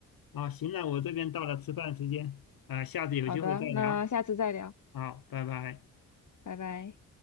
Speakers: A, on the left (about 70°); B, on the left (about 50°).
A: 啊，行了，我这边到了吃饭时间，啊，下次有机会再聊，
B: 好的，那下次再聊，
A: 好，拜拜。
B: 拜拜。